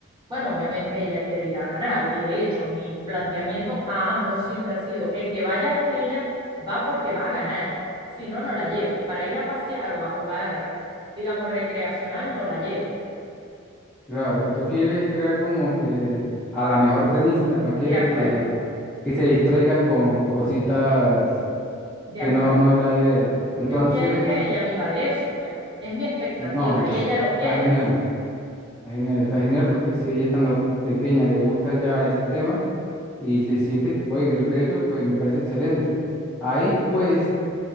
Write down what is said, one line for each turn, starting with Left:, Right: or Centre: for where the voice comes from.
Right: bueno, obviamente ella quiere ir a ganar y de hecho mi planteamiento a ambos siempre ha sido, el que vaya con ella va porque va a ganar, si no, no la llevo. Para ir a pasear o a jugar, digamos, recreacional, no la llevo.
Centre: Claro, tú quieres crear como que a la mejor tenista, no quieres
Right: De acuerdo,
Centre: que, que se distraiga con, con cositas
Right: de
Centre: que
Right: acuerdo.
Centre: no, no es la idea. Entonces,
Right: Yo quiero que ella viva de eso, pues. Es mi expectativa
Centre: no,
Right: y ella lo quiere
Centre: está genial,
Right: así.
Centre: está genial, está genial porque si ella estando pequeña le gusta ya ese tema y se siente que puede vivir de ello, pues me parece excelente. Ahí pues,